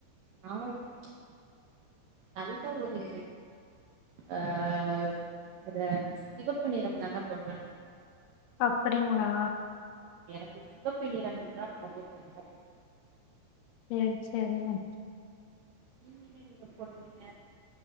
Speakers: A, on the right; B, on the left.
A: நா வந்து நல்ல ஒரு ஆஹ் இது சிவப்பு நிறம் தாங்க போடுவே
B: அப்படிங்ளா
A: இந்த சிவப்பு நிறம் என்றால் ரொம்ப புடிக்கு
B: சேரி சேரிமா
A: நீங்க என்ன நிறம் போடுவீங்க